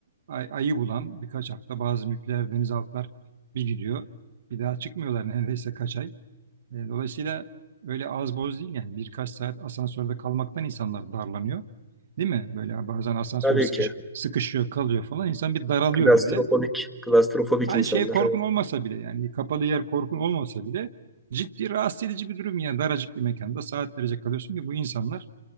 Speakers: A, on the right; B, in the centre.
A: Ay- ayı bulan birkaç hafta bazı nükleer denizaltılar bir gidiyor. Bir daha çıkmıyorlar <laughs> neredeyse kaç ay. E, dolayısıyla öyle az boz değil yani. Birkaç saat asansörde kalmaktan insanlar darlanıyor. Değil mi? Böyle bazen asansör
B: tabii
A: sıkış,
B: ki
A: sıkışıyor kalıyor falan. İnsan bir daralıyor
B: klastrofobik,
A: böyle.
B: klastrofobik
A: Hani
B: insanlar.
A: şey korkun
B: evet.
A: olmasa bile yani kapalı yer korkun olmasa bile ciddi rahatsız edici bir durum yani daracık bir mekanda saatlerce kalıyorsun ki bu insanlar